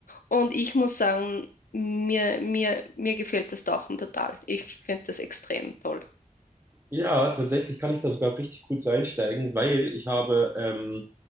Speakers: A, on the left; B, on the right.
A: Und ich muss sagen, mir, mir, mir gefällt das Tauchen total. Ich finde das extrem toll.
B: Ja, tatsächlich kann ich da sogar richtig gut so einsteigen, weil ich habe ähm,